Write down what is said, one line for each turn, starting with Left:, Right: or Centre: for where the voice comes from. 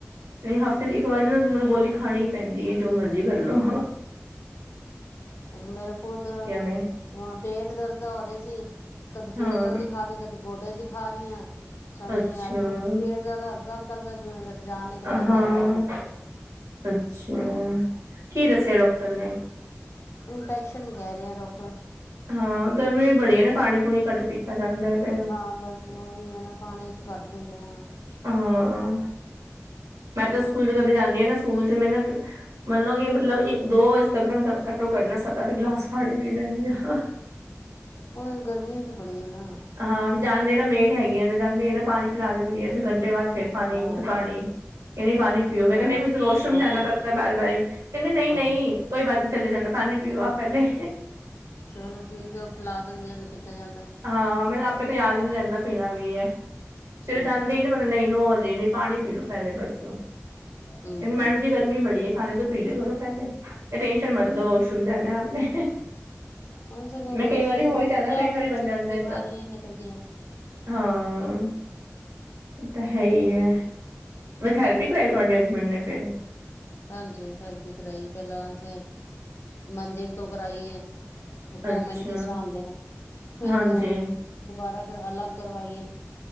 Right: ਨਹੀਂ ਹਫ਼ਤੇ ਚ ਇੱਕ ਵਾਰੀ ਨਾ ਮੈਨੂੰ ਗੋਲੀ ਖਾਣੀ ਪੈਂਦੀ ਐ, ਜੋ ਮਰਜ਼ੀ ਕਰ ਲੋ।
Left: ਮੇਰੇ ਖੁਦ
Right: ਮੈਂ
Left: ਹੁਣ ਪੇਟ ਦਰਦ ਹੋ ਰਹੇ ਸੀ, ਕਦੀ ਪੇਟ
Right: ਹਾਂ
Left: ਦਰਦ ਦੀ ਖਾ ਲੀ, ਕਦੀ ਗੋਡੇ ਦੀ ਖਾ ਰਹੀ ਆ, ਸਮਝ
Right: ਅੱਛਾ
Left: ਨੀ ਆ ਰਹੀ, ਮੈਂ ਪੇਟ ਦਾ ਤਾਂ ਹਲਕਾ-ਹਲਕਾ ਜਿਵੇਂ ਜਾਨ ਨਿਕਲ ਜਾਂਦੀ
Right: ਹਾਂ,
Left: ਏਦਾਂ ਹੁੰਦਾ
Right: ਅੱਛਾ, ਕੀ ਦੱਸਿਆ ਡਾਕਟਰ ਨੇ?
Left: ਇੰਨਫੈਕਸ਼ਨ ਕਹਿ ਰਹੇ ਐ ਡੋਕਟਰ।
Right: ਹਾਂ ਗਰਮੀ ਵੀ ਬੜੀ ਐ ਨਾ, ਪਾਣੀ ਪੂਣੀ ਘੱਟ ਪੀਤਾ ਜਾਂਦਾ ਐ ਫੇਰ।
Left: ਹਾਂ ਬਸ ਉਹੀ ਹੈ ਨਾ, ਪਾਣੀ ਅਸੀਂ ਘੱਟ ਪੀਨੇ ਆਂ।
Right: ਹਾਂ ਮੈਂ
Left: ਉਹੀ
Right: ਤਾਂ ਸਕੂਲ ਚ ਕਦੀ ਜਾਂਦੀ ਹਾਂ ਨਾ, ਸਕੂਲ ਚ ਮੈਂ ਨਾ ਮੰਨਲੋ ਕਿ ਮਤਲਬ ਦੋ ਵਜੇ ਤੱਕ ਮੈਂ ਘੱਟੋ-ਘੱਟ ਸੱਤ- ਅੱਠ ਗਿਲਾਸ ਪਾਣੀ ਪੀ ਲੈਂਨੀ ਹਾਂ।
Left: ਹੁਣ ਗਰਮੀ ਤੇ ਬੜੀ ਹੈ ਨਾ।
Right: ਹਾਂ ਫਿਰ ਜਾਂਦੇ ਨਾ ਮੇਡ ਹੈਗੀ ਆ ਨਾ, ਜਾਂਦੇ ਨਾ ਪਾਣੀ ਪਿਲਾ ਦਿੰਦੀ ਆ, ਫੇਰ ਘੰਟੇ ਬਾਅਦ ਫੇਰ ਪਾਣੀ,
Left: ਹਾਂ
Right: ਫੇਰ ਪਾਣੀ। ਕਹਿੰਦੇ ਪਾਣੀ
Left: ਠੀਕ
Right: ਪੀਓ, ਮੈਂ
Left: ਹੈ
Right: ਕਹਿੰਦਾ ਨਹੀਂ, ਮੇਰੇ ਕੋ ਵੌਸ਼ਰੂਮ
Left: ਹਾਂ
Right: ਜਾਣਾ ਪੜਤਾ ਵਾਰ- ਵਾਰ, ਕਹਿੰਦੇ ਨਹੀਂ-
Left: ਹਾਂ
Right: ਨਹੀਂ। ਕੋਈ ਬਾਤ ਨੀ ਚਲੇ ਜਾਣਾ, ਪਾਣੀ ਪੀਓ ਆਪ ਪਹਿਲੇ।
Left: ਚਲੋ ਠੀਕ ਆ, ਉਹ ਪਿਲਾ ਦਿੰਦੀਆਂ ਨੇ, ਪੀਤਾ ਜਾਂਦਾ।
Right: ਹਾਂ ਮੈਨੂੰ ਆਪੇ ਤਾਂ ਯਾਦ ਹੀ ਨੀ ਰਹਿੰਦਾ ਪੀਣਾ ਵੀ ਐ, ਸਵੇਰੇ
Left: ਹਾਂ
Right: ਜਾਂਦੇ ਹੀ ਨੀ ਮਤਲਬ ਨਹੀਂ ਨੋ ਵਜੇ ਨੀ। ਪਾਣੀ ਪੀ ਲੋ ਪਹਿਲੇ ਬਸ,
Left: ਹਮ
Right: ਫੇਰ ਮੈਡਮ ਜੀ ਗਰਮੀ ਬੜੀ ਏ, ਪਾਣੀ ਤੋਂ ਪੀਲੇ ਕਰੋ ਪਹਿਲੇ, ਟੈਂਸ਼ਨ ਮਤ ਲੋੋ ਵੌਸ਼ਰੂਮ ਜਾਣਾ ਆਪ ਨੇ।
Left: ਹੁਣ ਸਗੋਂ
Right: ਮੈਂ
Left: ਵਾਸ਼ਰੂਮ
Right: ਕਈ ਵਾਰੀ ਹੋ ਹੀ ਜਾਂਦਾ
Left: ਜਾ
Right: ਪੇਟ
Left: ਕੇ
Right: ਹੀ ਬਣ
Left: ਤੇ
Right: ਜਾਂਦਾ
Left: ਬਿਮਾਰੀਆਂ
Right: ਤਾਂ,
Left: ਹੀ ਨਿਕਲਦੀਆਂ ਨੇ
Right: ਹਾਂ।
Left: ਤੇ
Right: ਤਾਂ ਹੈ ਈ ਏ ਹੈਲਪ
Left: ਹਮ
Right: ਨੀ ਕਰਾਈ ਤੁਹਾਡੇ ਹਸਬੈਂਡ ਨੇ ਫੇਰ।
Left: ਹਾਂਜੀ ਥੇਰਪੀ ਕਰਾਈ ਪਹਿਲਾਂ ਉਥੇ ਮੰਦਿਰ ਤੋਂ ਕਰਾਈ। ਉਹ ਕੌਮਨ
Right: ਅੱਛਾ
Left: ਜਿਸ ਤਰ੍ਹਾਂ ਆਉਂਦੇ ਨੇ ਫੇਰ।
Right: ਹਾਂਜੀ
Left: ਦੁਬਾਰਾ ਫੇਿਰ ਅਲੱਗ ਕਰਵਾਈ ਏ।